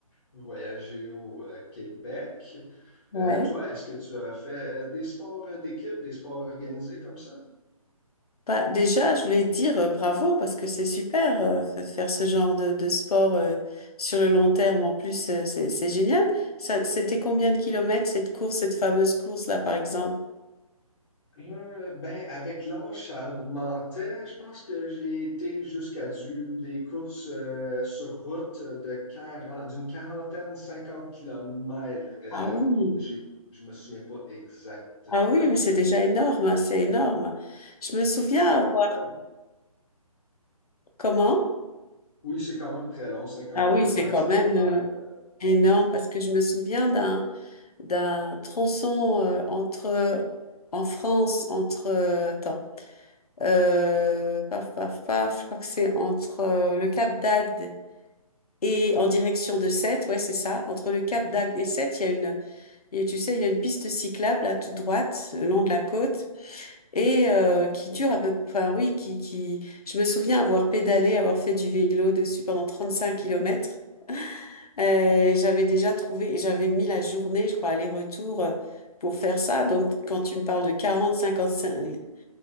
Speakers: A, on the left (about 50°); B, on the left (about 80°).
A: voyager au euh, Québec.
B: Ouais.
A: Euh, toi, est-ce que tu as fait euh, des sports euh, d'équipe, des sports organisés comme ça?
B: Bah, déjà, je voulais te dire euh, bravo parce que c'est super euh, f- de faire ce genre de, de sport euh, sur le long terme. En plus, euh, c'est c'est génial. Ça, c'était combien de kilomètres cette course, cette fameuse course là, par exemple?
A: Euh, ben, avec l'âge, ça augmentait. Je pense que j'ai été jusqu'à du des courses euh, sur route de 40, d'une quarantaine, 50 kilomètres. Euh,
B: Ah oui,
A: j'ai, je me souviens pas exactement.
B: ah oui, mais c'est déjà énorme, hein, c'est énorme. Je me souviens
A: Oui, c'est quand
B: avoir
A: même très
B: comment?
A: Oui, c'est quand même très long, 50
B: Ah
A: kilomètres,
B: oui, c'est quand
A: ça
B: même
A: peut faire.
B: euh,
A: euh,
B: énorme
A: ouais.
B: parce que je me souviens d'un d'un tronçon euh, entre en France entre euh, attends. Euh, paf, paf, paf, je crois que c'est entre euh, le Cap d'Agde et en direction de Sète, ouais, c'est ça. Entre le Cap d'Agde et Sète, il y a une, il y a- tu sais, il y a une piste cyclable là, toute droite, le long de la côte, et euh, qui dure à peu, enfin oui, qui, qui, je me souviens avoir pédalé, avoir fait du vélo dessus pendant 35 kilomètres. Euh, j'avais déjà trouvé, j'avais mis la journée, je crois, aller-retour euh, pour faire ça. Donc, quand tu me parles de 40 cinquante cin-